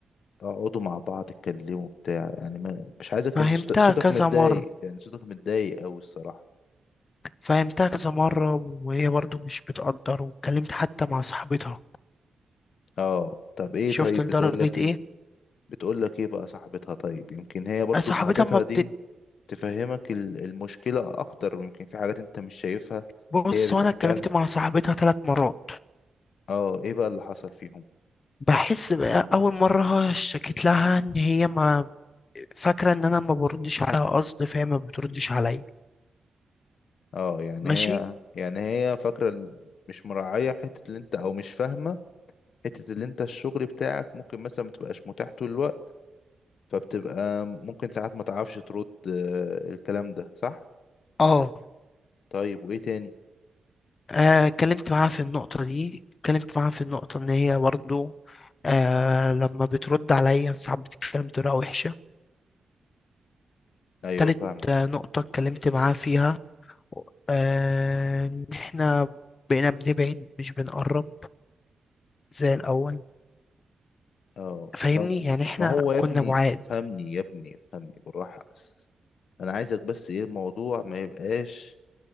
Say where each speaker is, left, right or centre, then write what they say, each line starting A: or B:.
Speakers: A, on the left (about 80°); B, on the left (about 50°).
A: اقعدوا مع بعض اتكلموا بتاع يعني ما مش عايزك
B: فهمتها
A: انت صوتك
B: كذا
A: متضايق
B: مرة
A: يعني صوتك متضايق اوي الصراحة
B: فهمتها كذا مرة وهي برضو مش بتقدر واتكلمت حتى مع صاحبتها
A: اه طب ايه
B: شفت
A: طيب
B: لدرجة
A: بتقول لك ايه
B: ايه
A: بتقول لك ايه بقى صاحبتها طيب يمكن هي برضو
B: صاحبتها
A: صاحبتها
B: ما
A: دي تفهمك ال- المشكلة اكتر ويمكن في حاجات انت مش شايفها
B: بتبص
A: هي بتحكي
B: وانا اتكلمت
A: لها
B: مع صاحبتها ثلاث مرات
A: اه ايه بقى اللي حصل فيهم
B: بحس بقى اول مره اشتكيت لها ان هي ما فاكره ان انا ما بردش عليها قصد فهي ما بتردش عليا
A: اه يعني
B: ماشي
A: هي يعني هي فاكرة ال- مش مراعية حتة اللي انت او مش فاهمة حتة اللي انت الشغل بتاعك ممكن مثلا متبقاش متاح طول الوقت فبتبقى ممكن ساعات ما تعرفش ترد آه، الكلام ده صح
B: اه
A: طيب وايه تاني
B: آه، اتكلمت معاها في النقطه دي اتكلمت معاها في النقطه ان هي برضه آه لما بترد عليا ساعات بتتكلم بطريقه وحشه
A: ايوه
B: تالت
A: فاهمة
B: آه، نقطه اتكلمت معاها فيها آه ان احنا بقينا بنبعد مش بنقرب زي الاول
A: اه
B: فاهمني
A: طب
B: يعني احنا
A: ما هو يا
B: كنا
A: ابني
B: بعاد
A: افهمني يا ابني افهمني بالراحة بس انا عايزك بس ايه الموضوع ما يبقاش